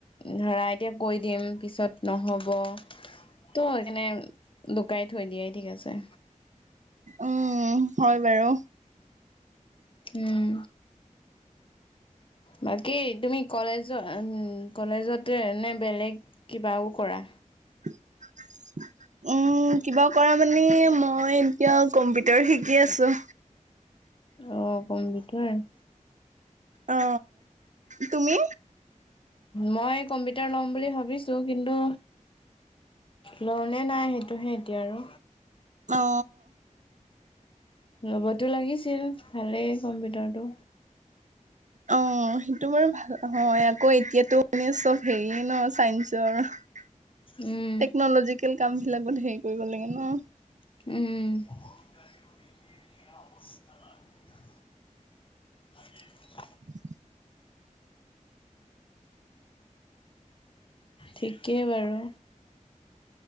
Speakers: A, on the left; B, on the right.
A: ধৰা এতিয়া কৈ দিম পিছত নহ'ব ত সেইকাৰনে লুকাই থৈ দিয়াই ঠিক আছে।
B: উম, হয় বাৰু।
A: উম বাকী তুমি কলেজত কলেজতে নে বেলেগ কিবাও কৰা?
B: <inaudible> উম কিবা কৰা মানে মই এতিয়া কম্পিউটাৰ শিকি আছো
A: অ কম্পিউটাৰ
B: অ তুমি
A: মই কম্পিউটাৰ ল'ম বুলি ভাবিছো কিন্তু লও নে নাই সেইটোহে এতিয়া আৰু
B: অ
A: লব'তো লাগিছিল ভালেই কম্পিউটাৰটো
B: অ সেইটো বাৰু ভাল হয় আকৌ এতিয়াতো মানে চব হেৰিয়ে ন চাইন্সৰ <unintelligible>
A: উম
B: টেকনলজিকেল কাম বিলাকত হেৰি কৰিব লাগে ন
A: উম হয়
B: <unintelligible>
A: ঠিকেই বাৰু